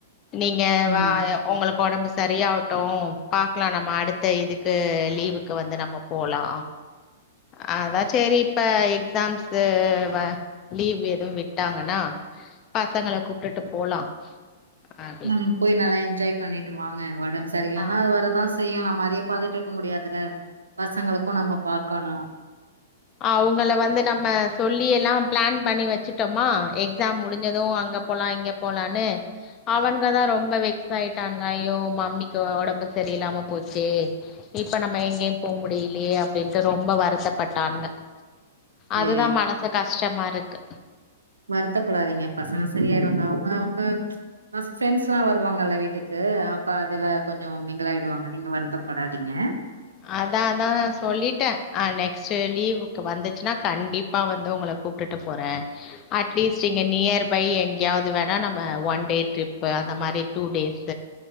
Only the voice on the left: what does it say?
நீங்க
வா உங்களுக்கு உடம்பு சரியாட்டும் பாக்கலாம் நம்ம அடுத்த இதுக்கு லீவுக்கு வந்து நம்ம போலாம் அதான் செரி இப்ப எக்ஸாம்ஸ் வ லீவ் எதுவும் விட்டாங்கன்னா பசங்கள கூப்பிட்டுட்டு போலாம் அப்படி
ஆ,
ஆ அவங்கள வந்து நம் நம்ம சொல்லி எல்லாம் பிளான் பண்ணி வெச்சட்டோமா எக்ஸாம் முடிஞ்சதும் அங்க போலாம் இங்க போலான்னு அவன்ங்க தான் ரொம்ப வெக்ஸாயிட்டானங்க ஐயோ மம்மிக்கு ஒடம்பு சரியில்லாம போச்சு இப்ப நம்ம எங்கேயும் போ முடியலையே அப்டின்ட்டு ரொம்ப வருத்தப்பட் டங்க
அதுதான் மனசு கஷ்டமா இர்க்கு
அதான் அதான் சொல்லிட்டேன் நெக்ஸ்ட் லீவ் வந்துச்சுன்னா கண்டிப் பா வந்து உங்கள கூப்ட்டுட்டு போறேன் அட்லீஸ்ட் இங்க நியர் பை எங்கயாவது வேணா நம்ம ஒன் டே ட்ரிப் அந்த மாரி டு டேஸ்